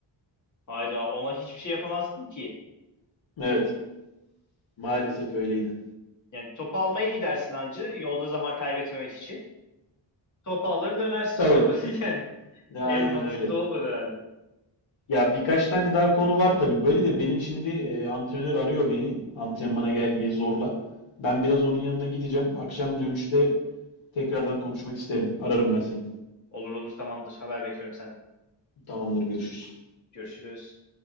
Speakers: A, on the left; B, on the left.
A: Hayda. Ona hiçbir şey yapamazsın ki.
B: Evet. Maalesef öyleydi.
A: Yani topu almaya gidersin ancı yolda zaman kaybetmemek için. Topu alır dönersin
B: Tabii.
A: sonra. <laughs> Yani
B: Ya
A: en
B: aynen
A: mantıklı
B: öyle.
A: olur herhalde.
B: Ya birkaç tane daha konu var tabii. Böyle de benim şimdi e, antrenör arıyor beni. Antrenmana gel diye zorla. Ben biraz onun yanına gideceğim. Akşam dönüşte tekrardan konuşmak isterim. Ararım ben seni.
A: Olur olur tamamdır. Haber bekliyorum senden.
B: Tamamdır, görüşürüz.
A: Görüşürüz.